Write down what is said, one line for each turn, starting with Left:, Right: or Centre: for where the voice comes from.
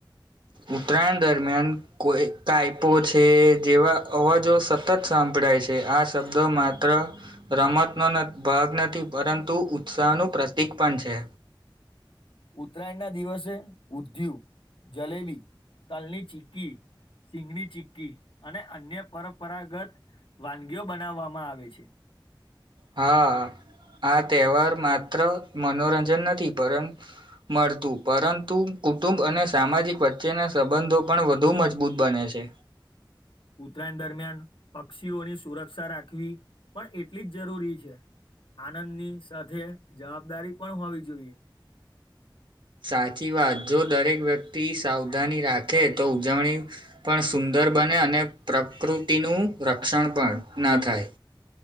Right: ઉત્તરાયણ દરમિયાન કોઈ કઈપો છે જેવા અવાજો, સતત સાંભળાય છે આ શબ્દો માત્ર, રમતનો ભાગ નથી પરંતુ ઉત્સાહનું પ્રતીક પણ છે.
Left: ઉત્તરાયણ ના દિવસે ઉંધીયું, જલેબી, તલની ચીકી, સિંગની ચી્કી અને અન્ય પરંપરાગત વાનગીઓ બનાવવામાં આવે છે.
Right: હા આ તહેવાર માત્ર મનોરંજન નથી પરંત, મળતું પરંતુ કુટુંબ અને સામાજિક વચ્ચેના સંબંધો પણ વધુ મજબૂત બને છે.
Left: ઉત્તરાયણ દરમિયાન પક્ષીઓની સુરક્ષા રાખવી પણ એટલી જ જરૂરી છે. આનંદની સાથે જવાબદારી પણ હોવી જોઈએ.
Right: સાચી વાત જો દરેક વ્યક્તિ સાવધાની રાખે તો ઉજવણી, પણ સુંદર બને અને પ્રકૃતિનું રક્ષણ પણ થાય‌.